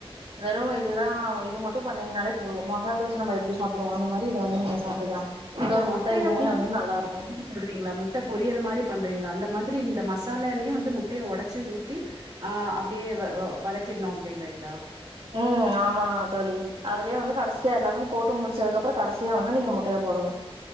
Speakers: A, on the right (about 60°); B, on the right (about 40°).
A: வெறு இதுதா இது மட்டு பண்ணீங்கனாலே போது மசால் தோச நம்ம எப்டி சாப்டுவோ அந்த மாதிரி இத வந்து நீங்க சாப்ட்டுக்கலா இந்த
B: இப்போ
A: ஒரு
B: மொட்டைய
A: முட்ட இதுவுமே வந்து நல்லா இருக்கு
B: பொரியல் சொல்றீங்களா முட்ட பொரியல் மாரி பண்றிங்களா அந்த மாதிரி இந்த மசாலாலயு வந்து முட்டையை ஒடச்சி ஊத்தி ஆ அப்டியே வ வதக்கிடணு அப்டின்றிங்களா
A: ம் ஆமா தோழி அதுலயே வந்து கடைசியா எல்லாமே போட்டு முடிச்சதுக்கு அப்பறோ கடைசியா வந்து நீங்க முட்டையை போடணு